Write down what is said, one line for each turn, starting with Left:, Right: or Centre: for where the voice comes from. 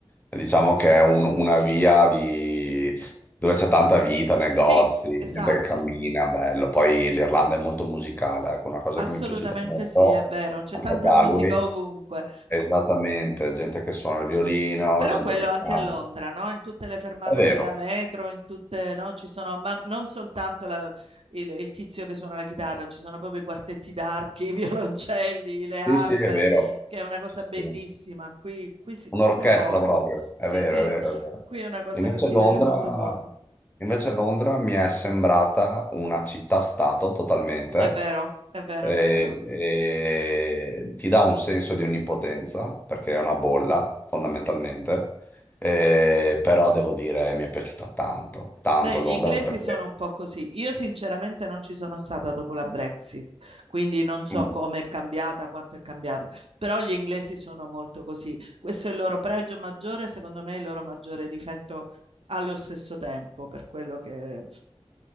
Left: diciamo che è un- una via di... dove c'è tanta vita, negozi,
Right: Sì, esatto.
Left: gente che cammina, bello. Poi l'Irlanda è molto musicale, ecco, una cosa
Right: Assolutamente
Left: che mi è piaciuta molto
Right: sì, è vero, c'è
Left: anche
Right: tanta
Left: a Galway.
Right: musica ovunque.
Left: Esattamente, gente che suona il violino,
Right: Però
Left: gente
Right: quello
Left: che
Right: anche
Left: canta.
Right: a Londra, no? In tutte le fermate
Left: È vero,
Right: della metro, in tutte, no? Ci sono, ma non soltanto la- il, il tizio che suona la chitarra, ci sono proprio i quartetti d'archi, <laughs> i violoncelli, le arpe,
Left: sì, sì, è vero.
Right: che è una cosa
Left: Sì, sì.
Right: bellissima.
Left: sì.
Right: Qui, qui si-
Left: Un'orchestra
Right: qui poco.
Left: proprio, è
Right: Sì,
Left: vero,
Right: sì,
Left: è vero, è vero.
Right: qui è una cosa
Left: Invece
Right: che si
Left: Londra,
Right: vede molto poco.
Left: invece Londra mi è sembrata una città-stato totalmente,
Right: È vero, è vero,
Left: e,
Right: è vero.
Left: e ti dà un senso di onnipotenza, perché è una bolla, fondamentalmente, E- però devo dire mi è piaciuta tanto, tanto
Right: Beh, gli
Left: Londra,
Right: inglesi
Left: perché...
Right: sono un po' così. Io sinceramente non ci sono stata dopo la Brexit, quindi non so
Left: Mm,
Right: come è cambiata, quanto è cambiata, però gli inglesi sono molto così. Questo è il loro pregio maggiore, secondo me è il loro maggiore difetto allo stesso tempo, per quello che mm,